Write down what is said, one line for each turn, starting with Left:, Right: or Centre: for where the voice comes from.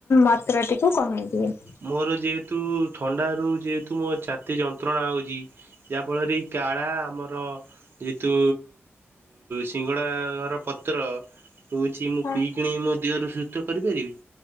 Left: ମାତ୍ରାଟିକୁ କମେଇ ଦିଏ।
Right: ମୋର ଯେହେତୁ ଥଣ୍ଡାରୁ ଯେହେତୁ ମୋ ଛାତି ଯନ୍ତ୍ରଣା ହେଉଛି ଯାହାଫଳରେ କାଢା ଆମର ଯେହେତୁ ସିଙ୍ଗଡ଼ା ଘର ପତ୍ର ରହୁଚି ମୁଁ
Left: ହଁ
Right: ପିଇ କିଣି ମୋ ଦେହରୁ ସୁସ୍ଥ କରିପାରିବି।